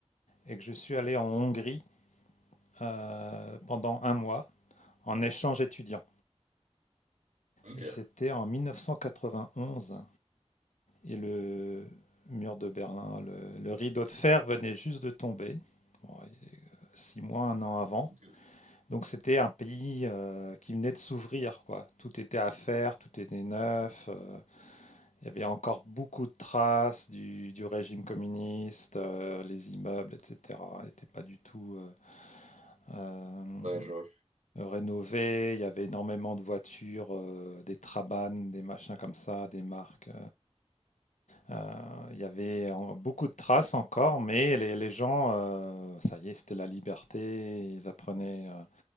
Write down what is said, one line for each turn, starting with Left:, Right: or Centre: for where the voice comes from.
Left: et que je suis allé en Hongrie, heu, pendant un mois en échange étudiant
Right: Ok.
Left: et c'était en 1991. et le mur de Berlin, le, le rideau de fer venait juste de tomber, bon, six mois, un an avant.
Right: Ok, ok.
Left: Donc c'était un pays euh, qui venait de s'ouvrir, quoi. Tout était à faire, tout était neuf. euh, il y avait encore beaucoup de traces du, du régime communiste, euh, les immeubles, etc. n'étaient pas du tout euh, euh,
Right: Ouais, je
Left: rénovés. Il y avait énormément de voitures, euh, des Trabanes, des machins comme ça, des marques Euh, Il y avait en- beaucoup de traces encore, mais les, les gens, euh, ça y est, c'était la liberté. Ils apprenaient, euh,